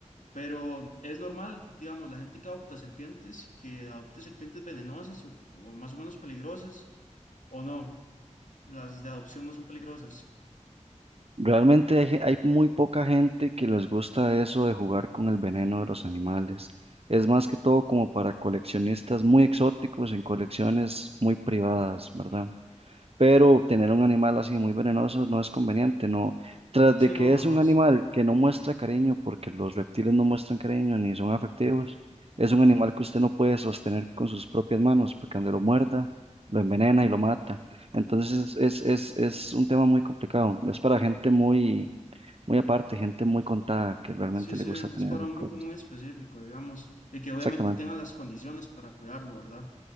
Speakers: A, on the left; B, on the right.
A: Pero es normal, digamos, la gente que adopta serpientes, que adopte serpientes venenosas o, o más o menos peligrosas, o no, las de adopción no son peligrosas.
B: Realmente hay, ge- hay muy poca gente que les gusta eso de jugar con el veneno de los animales. Es más que todo como para coleccionistas muy exóticos en colecciones muy privadas, ¿verdad?
A: Mm.
B: pero tener un animal así muy venenoso no es conveniente, no. Tras
A: Sí,
B: de que
A: no, jamás.
B: es un animal que no muestra cariño, porque los reptiles no muestran cariño ni son afectivos, es un animal que usted no puede sostener con sus propias manos, porque donde lo muerda, lo envenena y lo mata. Entonces es, es, es, es un tema muy complicado, es para gente muy, muy aparte, gente muy contada que realmente
A: Sí, sí,
B: le gusta tener
A: es para
B: esas
A: un
B: cosas.
A: grupo muy específico, digamos, y que obviamente
B: Exactamente.
A: tengan las condiciones para cuidarlo, ¿verdad?